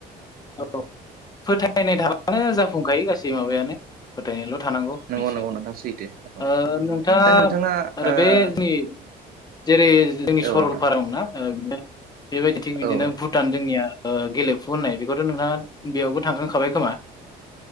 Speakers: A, on the left (about 25°); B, on the right (about 60°).
A: औ फोथायनाय थाबानो जाफुंखायो गासै माबायानो फोथायनायल' थानांगौ
B: नंगौ
A: बेसो
B: नंगौ नोंथां सैथो औ
A: ओ नोंथाङा
B: दा
A: आरो
B: ओ
A: बे <unintelligible> जेरै जोंनि सरलपारायाव
B: औ नोंथां
A: ना बेबायदि थिग बिदिनो
B: औ
A: भुटान जोंनिया ओ गेलेफु होननाय बेखौथ' नोंथाङा बेयावबो थांखां खाबाय खोमा